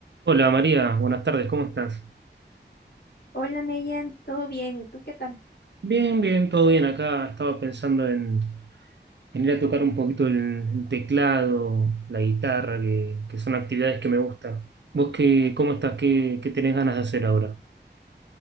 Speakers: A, on the right; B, on the left.
A: Hola María, buenas tardes, ¿cómo estás?
B: Hola Neyen, ¿todo bien? ¿Y tú qué tal?
A: Bien, bien, todo bien acá. Estaba pensando en, en ir a tocar un poquito el, el teclado, la guitarra, que, que son actividades que me gustan. ¿Vos qué, cómo estás? ¿Qué, qué tenés ganas de hacer ahora?